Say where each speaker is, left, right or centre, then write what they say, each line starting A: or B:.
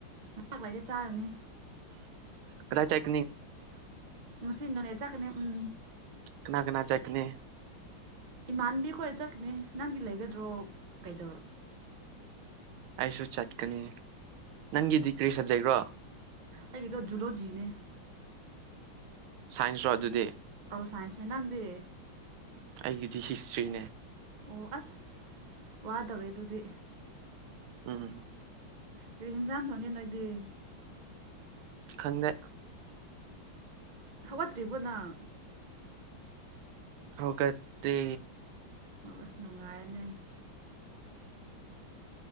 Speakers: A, on the right; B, on the right.
A: ꯉꯍꯥꯛ ꯂꯩꯔ ꯆꯥꯔꯅꯤ
B: ꯀꯥꯗꯥꯏ ꯆꯦꯛ
A: ꯉꯁꯤ ꯅꯣꯅꯦ ꯆꯠꯀꯅꯤ ꯎꯝ
B: ꯀꯅꯥ ꯀꯅꯥ ꯆꯠꯀꯅꯤ
A: ꯏꯃꯥꯟꯕꯤꯈꯣꯏ ꯆꯠꯀꯅꯤ ꯅꯪꯗꯤ ꯂꯩꯒꯗ꯭ꯔꯣ ꯀꯩꯗꯧ
B: ꯑꯩꯁꯨ ꯆꯠꯀꯅꯤ
A: ꯑꯣ
B: ꯅꯪꯒꯤꯗꯤ ꯀꯔꯤ ꯁꯕꯖꯦꯛꯔꯣ
A: ꯑꯩꯒꯤꯗꯣ ꯖꯨꯂꯣꯖꯤꯅꯦ
B: ꯁꯥꯏꯟꯁꯔꯣ ꯑꯗꯨꯗꯤ
A: ꯑꯧ ꯁꯥꯏꯟꯁꯅꯦ ꯅꯪꯗꯦ
B: ꯑꯩꯒꯤꯗꯤ ꯍꯤꯁꯇ꯭ꯔꯤꯅꯦ
A: ꯑꯣ ꯑꯁ ꯋꯥꯗꯧꯔꯤ ꯑꯗꯨꯗꯤ
B: ꯎꯝ
A: ꯀꯔꯤ ꯍꯦꯟꯖꯥꯡ ꯊꯣꯡꯒꯦ ꯅꯣꯏꯗꯤ
B: ꯈꯪꯗꯦ
A: ꯍꯧꯒꯠꯇ꯭ꯔꯤꯕꯣ ꯅꯪ
B: ꯍꯩꯒꯠꯇꯦ
A: ꯑꯁ ꯅꯨꯡꯉꯥꯏꯌꯦꯅꯦ